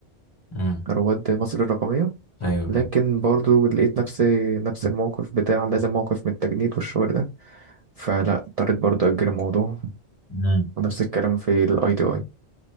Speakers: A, on the left; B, on the right.
A: امم
B: رواد مصر الرقميه
A: ايوه
B: لكن
A: ايوه
B: برضو لقيت نفسي نفس الموقف بتاع لازم موقف من التجنيد والشغل ده فلا اضطريت برضو اجل الموضوع
A: امم
B: ونفس الكلام في الاي تي اي